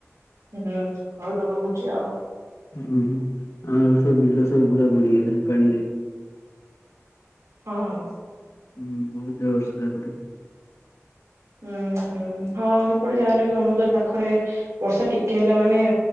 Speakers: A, on the right; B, on the left.
A: ହୁଁ ଘରୁ ତ ରହୁଛି ଆଉ।
B: ହୁଁ ଆମର ସବୁ ବିଲ ସବୁ ପୁରା ବୁଡିଗଲାଣି ପାଣିରେ।
A: ହଁ।
B: ହୁଁ ବହୁତ ଜୋର୍ ବର୍ଷା ଏପଟେ।
A: ଉୁଁ ହୁଁ ହଁ ସେପଟେ ଯାହାହେଲେ ବି ସମୁଦ୍ର ପାଖରେ ବର୍ଷା ଟିକେ ହେଲେ ମାନେ